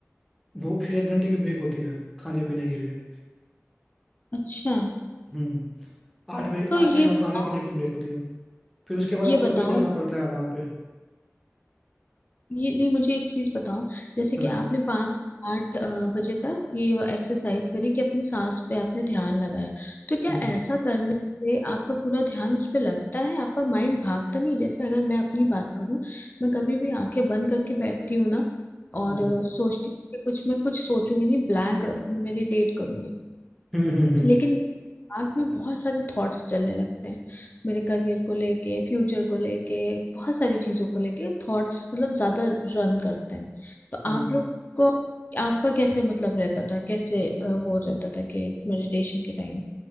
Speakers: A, in the centre; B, on the left.
A: वो फिर एक घंटे की ब्रेक होती है खाने पीने के लिए
B: अच्छा
A: हम्म आठ बजे
B: तो ये
A: आठ से नौ
B: बताओ
A: खाने पीने की ब्रेक होती है फिर उसके बाद
B: ये
A: आपको
B: बताओ
A: फिर जाना पड़ता है वहाँ पे
B: ये नहीं मुझे एक चीज बताओ जैसे
A: हाँ
B: कि आपने पाँच से आठ अ, बजे तक ये एक्सरसाइज करी कि अपनी सांस पे आपने ध्यान लगाया तो क्या
A: हम्म
B: ऐसा करने से आपका पूरा ध्यान उस पे लगता है आपका माइंड भागता नहीं जैसे अगर मैं अपनी बात करूं मैं कभी भी आंखें बंद करके बैठती हूँ ना और
A: हम्म
B: अ, सोचती हूँ कि कुछ मैं कुछ सोचूंगी नहीं ब्लैंक रखूंगी मेडिटेट करूंगी
A: हम्म हम्म हम्म,
B: लेकिन दिमाग में बहुत सारे थॉट्स चलने लगते हैं मेरे करियर को लेके फ्यूचर को लेके बहुत सारी चीजों को लेके थॉट्स मतलब ज्यादा रन करते हैं तो
A: हम्म।
B: आप लोग को आपका कैसे मतलब रहता था कैसे अ, वो रहता था कि मेडिटेशन के टाइम